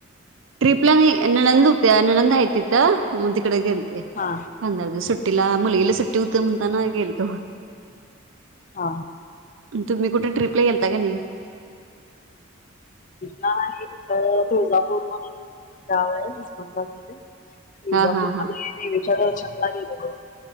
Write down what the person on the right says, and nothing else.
ट्रिपला नाही नंनद होत नंनद हाय तिथं म ते तिकडे गेलते
पंधरा दिवस सुट्टीला मुलगीला सुट्टी तर म्हणता ना गेलतो
<unintelligible> कुठे ट्रिपला गेलता की नाही
हा हा हा